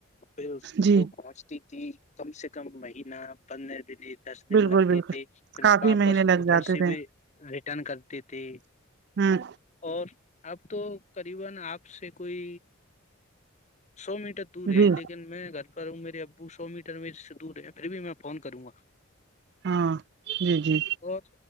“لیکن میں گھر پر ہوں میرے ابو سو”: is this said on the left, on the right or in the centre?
Left